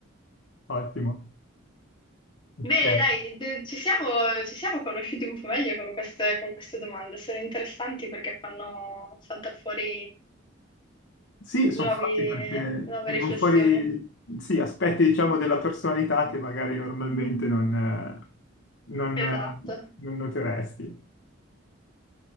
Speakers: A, on the left; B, on the left.
A: ottimo. Ok.
B: Bene, dai, d- ci siamo, ci siamo conosciuti un po' meglio con queste, con queste domande, sono interessanti perché fanno saltare fuori
A: Sì, sono
B: nuovi-
A: fatti perché
B: nuove
A: vengono
B: riflessioni.
A: fuori sì, aspetti, diciamo, della personalità che magari normalmente non, eh, non,
B: Esatto.
A: eh, non noteresti.